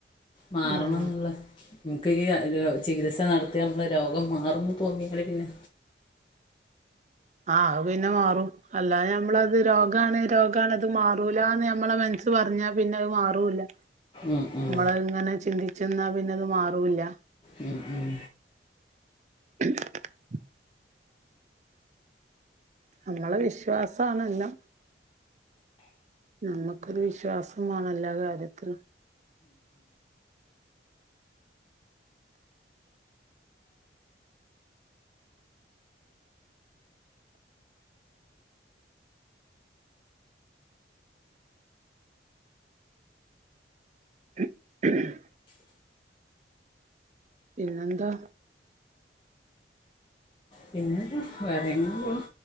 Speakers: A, on the left; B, on the right.
A: മാറണം
B: ഉം
A: എന്നുള്ള നമുക്ക് ഈ ഒര് ചികിത്സ നടത്തിയാ നമ്മളെ രോഗം മാറുംന്ന് തോന്നിയാല് പിന്നെ
B: ആ പിന്നെ മാറും അല്ലാ ഞമ്മളത് രോഗാണ് രോഗാണ് അത് മാറൂലാന്ന് നമ്മളെ മനസ്സ് പറഞ്ഞാ പിന്നെ അത് മാറൂല്യ
A: ഉം ഉം
B: മ്മള് ഇങ്ങനെ ചിന്തി ച്ചെന്നാ പിന്നെത് മാറൂല്ല്യ
A: ഉം ഉം
B: <unintelligible> നമ്മളെ വിശ്വാസാണെല്ലാം നമ്മക്കൊരു വിശ്വാസം മാണം എല്ലാ കാര്യത്തിലും എ <unintelligible> പിന്നെന്താ
A: പിന്നെന്താ വേറെ ഇങ്ങനെ പോണു